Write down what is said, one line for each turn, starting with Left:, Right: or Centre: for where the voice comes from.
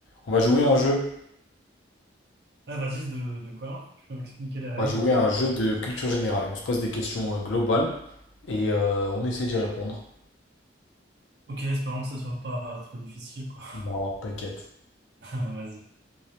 Left: On va jouer à un jeu.
Right: Ouais, vas-y, de, de quoi? Tu peux m'expliquer les règles?
Left: On va jouer à un jeu de culture générale. On se pose des questions euh, globales et euh, on essaie d'y répondre.
Right: Ok, espérons que ce soit pas trop difficile, quoi.
Left: Non, t'inquiète.
Right: <laughs> Vas-y.